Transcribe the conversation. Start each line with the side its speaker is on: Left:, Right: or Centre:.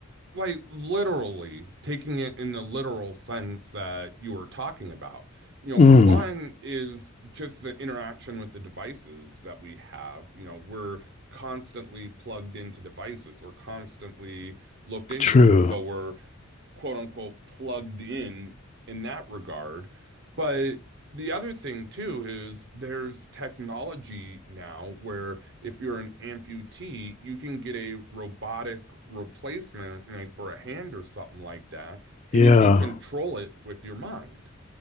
Right: like literally taking it in the literal sense that you were talking about. You know,
Left: mm,
Right: one is just the interaction with the devices that we have. You know, we're constantly plugged into devices. We're constantly looked into
Left: true.
Right: it. So we're quote unquote plugged in in that regard. But the other thing too is there's technology now where if you're an amputee, you can get a robotic replacement like for a hand or something like that, and
Left: Yeah,
Right: you can control it with your mind.